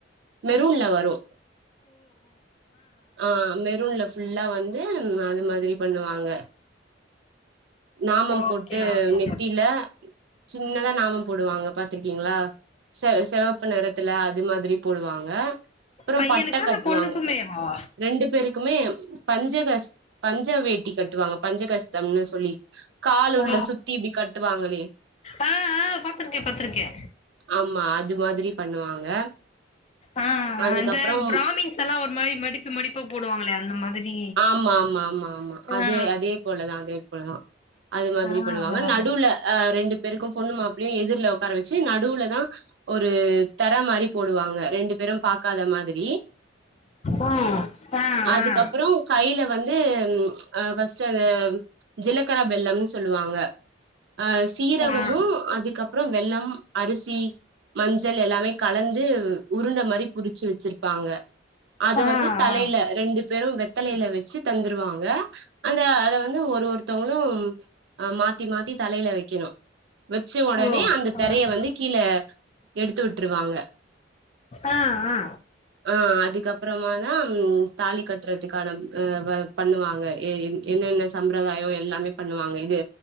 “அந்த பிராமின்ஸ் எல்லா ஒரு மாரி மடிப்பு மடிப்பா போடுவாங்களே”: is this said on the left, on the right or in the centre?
Left